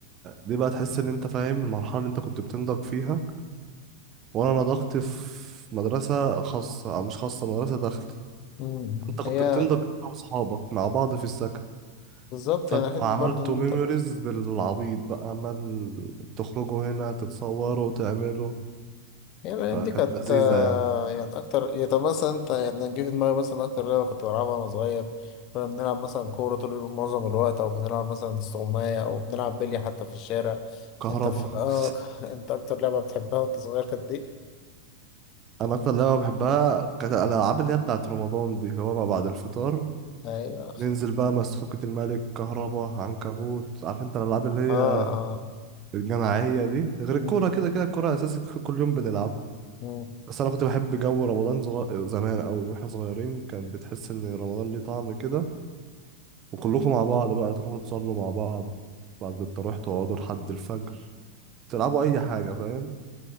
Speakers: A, on the right (about 30°); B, on the left (about 40°).
A: دي بقى تحس إن أنت فاهم المرحلة اللي أنت كنت بتنضج فيها وأنا نضجت في مدرسة خاصة أو مش خاصة مدرسة داخلي
B: مم.
A: فأنت كنت
B: هي
A: بتنضج أنت وأصحابك مع بعض في السكن
B: بالظبط
A: فأنت
B: يعني حته
A: عملتوا
B: برضه ان
A: ميموريز
B: انت
A: بالعبيط بقى عمال تخرجوا هنا تتصوروا وتعملوا
B: هي الأيام
A: فكانت
B: دي كانت
A: لذيذة
B: آه،
A: يعني
B: يعني أكتر يعني طب مثلا أنت يعني جه في دماغي مثلا أكتر لعبة كنت بلعبها وأنا صغير كنا بنلعب مثلا كورة طول اليوم معظم الوقت أو بنلعب مثلا استغماية أو بنلعب بلي حتى في الشارع
A: كهربا
B: أنت في آه
A: <laughs>
B: <laughs> أنت أكتر لعبة بتحبها وأنت صغير كانت دي؟
A: انا اكتر لعبه بحبها كانت الالعاب اللي هي بتاعت رمضان دي اللي هو ما بعد الفطار
B: أيوه
A: ننزل بقى مسفوكة الملك كهربا عنكبوت عارف انت الالعاب اللي هي
B: آه آه
A: الجماعيه دي غير
B: مم.
A: الكوره كده كده الكوره اساسي ك- كل يوم بنلعب
B: مم.
A: بس انا كنت بحب جو رمضان زغ... زمان قوي واحنا صغيرين كان بتحس ان رمضان ليه طعم كده وكلكم مع بعض بقى تروحوا تصلوا مع بعض بعد التراويح تقعدوا لحد الفجر تلعبوا اي حاجه فاهم